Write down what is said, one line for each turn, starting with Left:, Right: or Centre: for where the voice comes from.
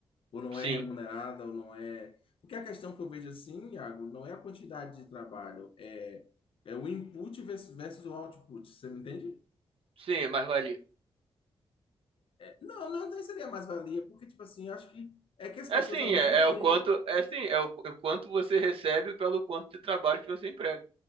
Left: ou não
Right: Sim,
Left: é remunerada, ou não é. Porque a questão que eu vejo assim, Iago, não é a quantidade de trabalho, é, é o input versus, versus o output, você me entende?
Right: sim, é mais valia.
Left: Não, não tem- seria mais-valia, porque, tipo assim, eu acho que é que as
Right: É
Left: pessoas
Right: sim,
Left: ao menos
Right: é, é o
Left: tenham,
Right: quanto, é sim, é o, é o quanto você recebe pelo quanto de trabalho que você emprega.